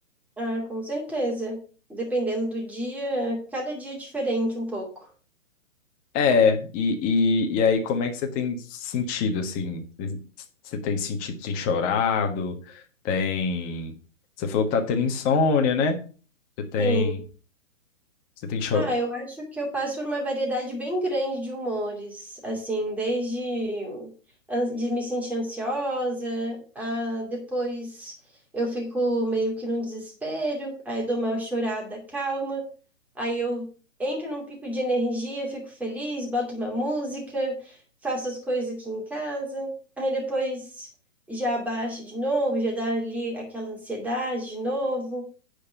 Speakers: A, in the centre; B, on the left (about 20°).
A: Ah, com certeza. Dependendo do dia, cada dia é diferente um pouco.
B: É, e, e, e aí como é que você tem sentido, assim? Você tem sentido, tem chorado, tem... Você falou que tá tendo insônia, né? Você tem...
A: Sim.
B: Você tem cho...
A: Ah, eu acho que eu passo por uma variedade bem grande de humores, assim, desde an- de me sentir ansiosa, a depois eu fico meio que num desespero, aí eu dou uma chorada calma, aí eu entro num pico de energia, fico feliz, boto uma música, faço as coisas aqui em casa, aí depois já abaixo de novo, já dá ali aquela ansiedade de novo